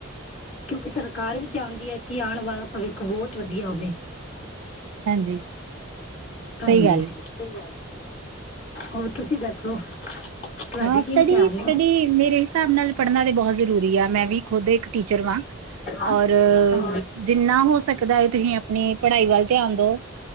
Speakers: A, on the left; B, on the right.
A: ਕਿਉਂਕਿ ਸਰਕਾਰ ਵੀ ਚਾਹੁੰਦੀ ਹੈ, ਕਿ ਆਂਣ ਵਾਲਾ ਭਵਿੱਖ ਬੋਤ ਵਧੀਆ ਹੋਵੇ।
B: ਹਾਂਜੀ
A: ਹਾਂਜੀ।
B: ਸਹੀ ਗੱਲ
A: ਸਹੀ
B: ਏ।
A: ਗੱਲ ਹੋਰ ਤੁਸੀਂ ਦੱਸੋ? ਤੁਹਾਡੇ
B: ਹਾਂ,
A: ਕੀ
B: ਸਟੱਡੀ
A: ਵਿਚਾਰ
B: -ਸਟੱਡੀ
A: ਨੇ?
B: ਮੇਰੇ ਹਿਸਾਬ ਨਾਲ ਪੜ੍ਹਨਾ ਤੇ ਬੋਤ ਜ਼ਰੂਰੀ ਆ, ਮੈਂ ਵੀ ਖੁਦ ਇੱਕ ਟੀਚਰ ਵਾਂ।
A: ਹਾਂ।
B: ਔਰ ਜਿੰਨਾ ਹੋ ਸਕਦਾ ਹੈ, ਤੁਸੀਂ ਆਪਣੀ ਪੜ੍ਹਾਈ ਵੱਲ ਧਿਆਨ ਦਿਓ।